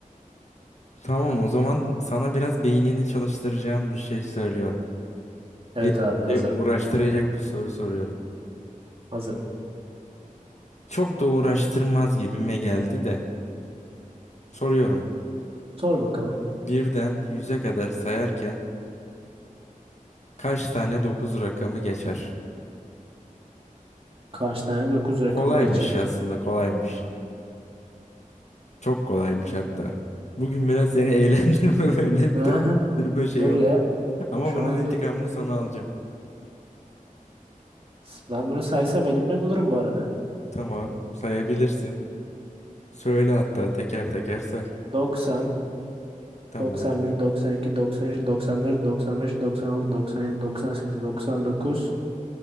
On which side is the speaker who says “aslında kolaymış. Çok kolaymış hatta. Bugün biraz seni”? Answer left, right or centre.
Left